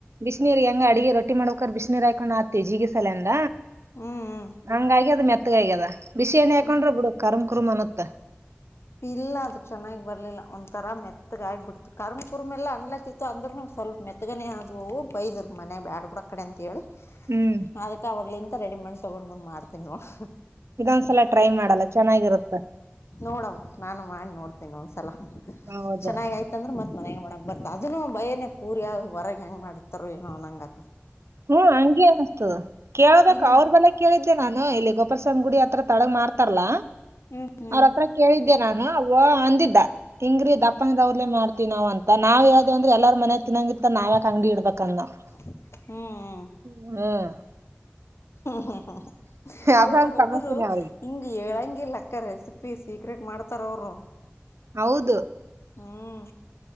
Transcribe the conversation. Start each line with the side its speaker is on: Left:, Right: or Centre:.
Right: ಬಿಸಿನೀರ್ ಹೆಂಗ ಅಡಿಗೆ ರೊಟ್ಟಿ ಮಾಡ್ಬೇಕ್ರ ಬಿಸಿನೀರ್ ಹಾಕೊಂಡ್ ನಾದತಿವಿ ಜೀಗಿ ಸೆಲ್ನಂದ.
Left: ಹ್ಮ್ ಹ್ಮ್
Right: ಹಂಗಾಗಿ ಅದ್ ಮೆತ್ತಗ ಆಗ್ಯದ ಬಿಸಿ ಎಣಿ ಹಾಕೊಂಡ್ರ
Left: ಹ್ಮ್
Right: ಬಿಡ ಕರ್ಮ್ ಕುರ್ಮ್ ಅನತ್ತ.
Left: ಇಲ್ಲ ಅದು ಚೆನ್ನಾಗಿ ಬರ್ಲಿಲ್ಲ ಒಂಥರ ಮೆತ್ತಗಾಗಿ ಬಿಡ್ತ. ಕರ್ಮ್ ಕುರ್ಮ ಎಲ್ಲ ಅನ್ಲತಿತ್ತು ಅಂದ್ರರುನು ಸ್ವಲ್ಪ ಮೆತ್ಗನೆೇ ಆದವು ಅವು ಬೈದ್ರ ಮನೆಗ್ ಬ್ಯಾಡ್ ಬಿಡ ಅಕಡಿ ಅಂತ ಹೇಳಿ.
Right: ಹ್ಮ್,
Left: ಅದಕ್ಕೆ ಅವ್ಗಲಿಂತ್ ರೆಡಿಮೇಟ ತೊಗೊಂಡ್ ಬಂದ ಮಾಡ್ತೀನಿ ನೋಡ್.
Right: ಇದೊಂದ್ಸಲ ಟ್ರೈ ಮಾಡಲ್ಲ ಚೆನ್ನಾಗಿರುತ್ತ.
Left: ನೋಡಮ್ ನಾನು ಮಾಡಿ ನೋಡ್ತೇನೀ ಒಂದ್ಸಲ
Right: ಹೌದ
Left: ಚೆನ್ನ ಆಯ್ತಂದ್ರ ಮತ್ ಮನೆಗೆ ಮಾಡಕ್ ಬರ್ತ ಅದನು ಭಯನೆ ಪೂರಿಯ ಹೊರಗ್ಗೆ ಹೆಂಗ ಮಾಡ್ತಾರ ಏನೋ ನಂಗ
Right: ಹ್ಮ ಹಂಗೆ ಅನಿಸ್ತದ ಕೇಳಬೇಕ.
Left: ಇಲ್ಲಿ
Right: ಅವ್ರ ಬಲ್ಲೆ, ಕೇಳಿದ್ದೆ ನಾನು ಇಲ್ಲಿ ಗೋಪಾಲಸ್ವಾಮಿ ಗುಡಿ ಹತ್ರ ತಳಗ ಮಾರ್ಥಾರಲ್ಲ.
Left: ಹ್ಮ್ ಹ್ಮ್
Right: ಅವ್ರತ್ರ, ಕೇಳಿದ್ದೆ ನಾನು ಅವ ಅಂದಿದ್ದ. ಹಿಂಗ್ರೀ ದಪ್ಪಾಂಗವ್ರಲೇ ಮಾಡ್ತಿ ನಾವ ಅಂತ ನಾವ್ ಹೇಳೋದೇ ಅ್ರ ಎಲ್ಲಾರ ಮನ ತಿನ್ನಂಗಿತ್ತ ನಾವ್ಯಾಕ್ ಅಂಗಡಿ ಇಡಬೇಕಂದ ಅವ್.
Left: ಹ್ಮ್, ಹ್ಮ್
Right: <inaudible>
Left: ಹ್ಮ್ ಹ್ಮ್ ಹ್ಮ್ ಅವರು
Right: ಅದೊಂದ್
Left: ಒಬ್ಬೊಬ್ರು,
Right: ಸಮಸ್ಯೆನೆ ಅವ್ರಿಗೆ
Left: ಹಿಂಗೆ ಏಳಂಗಿಲ್ಲ ಅಕ್ಕರೆ ರೆಸಿಪಿ ಸೀಕ್ರೆಟ್ ಮಾಡ್ತಾರ ಅವರು.
Right: ಹೌದು,
Left: ಹ್ಮ್